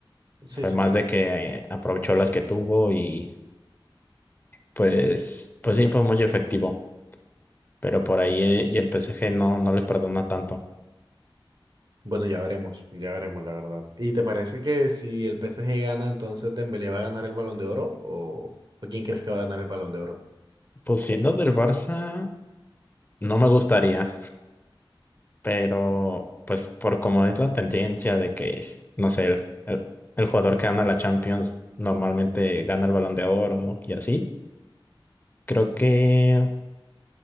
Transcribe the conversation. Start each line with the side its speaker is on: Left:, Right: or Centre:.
Right: sí,
Left: Fue
Right: sí,
Left: más
Right: sí, entiendo.
Left: de que eh, aprovechó las que tuvo y pues, pues sí fue muy efectivo. Pero por ahí eh, y el PSG no, no les perdona tanto.
Right: Bueno, ya veremos, ya veremos, la verdad. ¿Y te parece que si el PSG gana, entonces Dembélé va a ganar el Balón de Oro? ¿O, o quién crees que va a ganar el Balón de Oro?
Left: Pues siendo del Barça, no me gustaría. Pero, pues, por como es la tendencia de que, no sé, el, el- el jugador que gana la Champions normalmente gana el Balón de Oro y así, creo que,